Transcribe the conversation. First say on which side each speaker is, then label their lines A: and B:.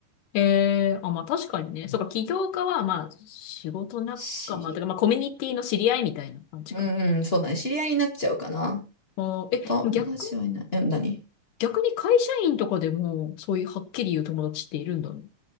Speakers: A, on the left; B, on the left.
A: えー、あ、まあ確かにね。そうか、起業家は、まあ、仕事仲間とか、
B: 知り、
A: まあコミュニティの知り合いみたいな感じか。
B: うんうん、そうだね。知り合いになっちゃうかな。
A: あー、え、
B: 友達はいない。
A: 逆、
B: え、何
A: 逆に会社員とかでも、そういうはっきり言う友達っているんだね。